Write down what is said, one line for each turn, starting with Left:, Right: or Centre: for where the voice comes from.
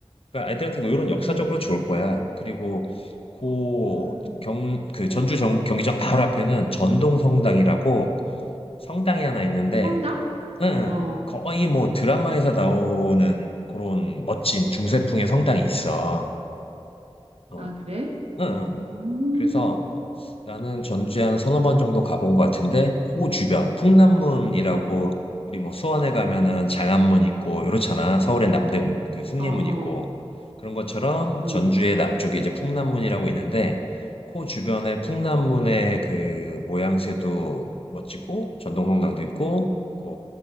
Left: 그러니까 아이들한테 뭐 이런 역사적으로
Right: 음.
Left: 좋을 거야 그리고 고경그
Right: 음.
Left: 전주 정, 경기장 바로 앞에는 전동성당이라고 성당이 하나 있는데
Right: 성당?
Left: 응,
Right: 어.
Left: 거의 뭐 드라마에서 나오는 그런 멋진 중세풍의 성당이 있어. 어,
Right: 아, 그래?
Left: 응, 응.
Right: 음.
Left: 그래서 나는 전주에 한 서너 번 정도 가본 것 같은데 그 주변 풍남문이라고 우리 뭐 수원에 가면은 장안문 있고 이렇잖아 서울엔 남대문 그 숭례문
Right: 어, 어.
Left: 있고 그런 것처럼
Right: 어.
Left: 전주의 남쪽에 이제 풍남문이라고 있는데 그 주변에 풍남문의
Right: 어.
Left: 그 모양새도 멋지고 전동성당도 있고 그